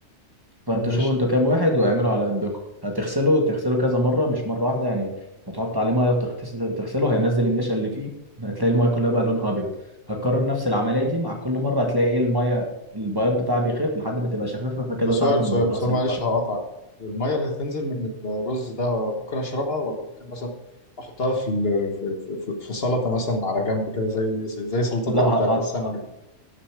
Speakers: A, on the right; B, on the left.
A: فانتوا
B: ماشي
A: شوفوا انتوا كام واحد واعملوا على قدكم هتغسله تغسله كذا مرة مش مرة واحدة يعني هتحط عليه مية وتغسله هينزل النشا اللي فيه هتلاقي المية كلها بقى لونها ابيض هتكرر نفس العملية دي مع كل مرة هتلاقي ايه المية البياض بتاعها بيخف لحد ما تبقى شفافة فكده
B: بس سؤال
A: تعرف ان
B: سؤال
A: ده غسل
B: سؤال معلش
A: كويس
B: هقطعك الميه اللي هتنزل من الرز ده ممكن اشربها ولا ممكن مثلا احطها في ال- في في, في في سلطه مثلا على جنب كده زي زي سلطات
A: لا
B: اللي
A: هت...
B: بتاعت السمك
A: هت-
B: دي؟